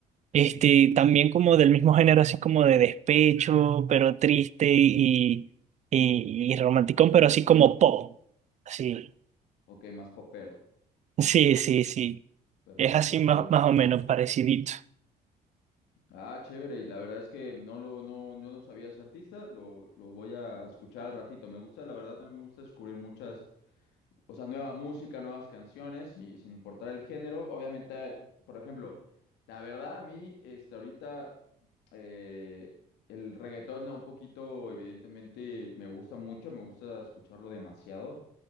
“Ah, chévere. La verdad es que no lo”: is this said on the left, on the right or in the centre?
Left